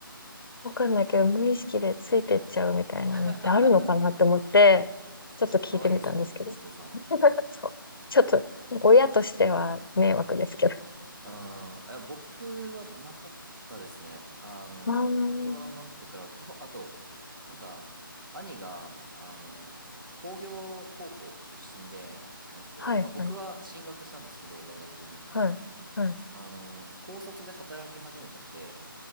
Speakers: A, on the left; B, on the right.
A: わかんないけど、無意識でついてっちゃうみたいなのってあるのかなって思って、
B: <laughs> 確か
A: ちょっと聞いてみたんですけど。
B: 可愛いですね、弟さん。
A: <laughs> そう。ちょっと、親としては迷惑ですけど。
B: うん、え僕はなかったですね。あの、
A: ああ、うん。
B: 大人になってから、基本、あと、なんか、兄が、あのー工業高校出身で、えっと、
A: はい、
B: まあ、僕は進学したんですけど、
A: はい、
B: 大学に。
A: はい、はい。
B: あのー高卒で働き始めちゃって、